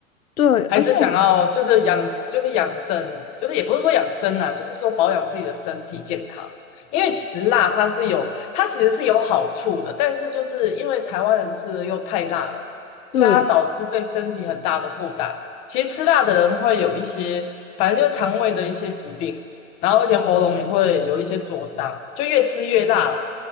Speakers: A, on the left (about 80°); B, on the left (about 15°).
A: 对，
B: 还是想要就是养，
A: 而且我
B: 就是养生，就是也不是说养生啊，就是说保养自己的身体健康。因为其实辣它是有，它其实是有好处的，但是就是因为台湾人吃的又太辣了，
A: 对
B: 所以它导致对身体很大的负担。其实吃辣的人会有一些，反正就肠胃的一些疾病，然后而且喉咙也会有一些灼伤，就越吃越辣啦。